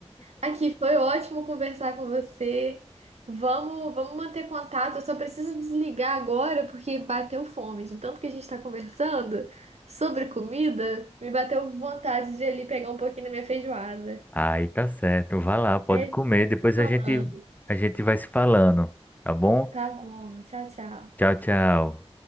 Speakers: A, on the right (about 75°); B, on the left (about 15°).
A: Aqui foi ótimo conversar com você. Vamos, vamos manter contato. Eu só preciso desligar agora porque bateu fome. De tanto que a gente está conversando sobre comida, me bateu vontade de ir ali pegar um pouquinho da minha feijoada.
B: Aí tá certo, vai lá, pode
A: Aí a
B: comer,
A: gente vai
B: depois
A: se falando.
B: a gente a gente vai se falando, tá bom?
A: Tá bom. Tchau, tchau.
B: Tchau, tchau.